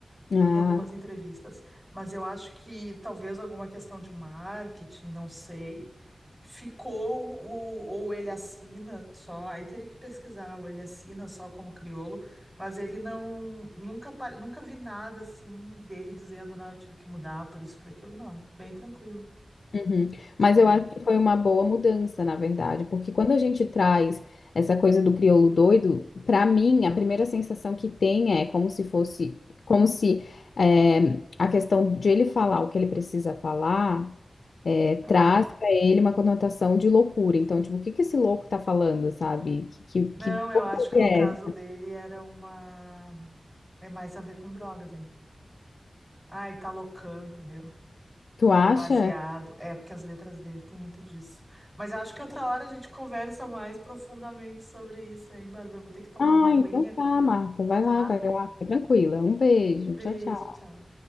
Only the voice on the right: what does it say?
em algumas entrevistas, mas eu acho que talvez alguma questão de marketing, não sei. Ficou o, ou ele assina só, aí teria que pesquisar, ou ele assina só como crioulo, mas ele não, nunca, apa- nunca vi nada assim dele dizendo, não, eu tive que mudar por isso, por aquilo, não, bem tranquilo,
crioulo.
Aham.
Não,
eu
acho que no
caso
dele era uma, é mais a ver com drogas, hein? Ai, tá loucão, entendeu?
Baseado. É, porque as letras dele têm muito disso. Mas acho que outra hora a gente conversa mais profundamente sobre isso, hein, Bárbara? Vou ter que tomar
uma aguinha,
tá?
Beijo,
tchau.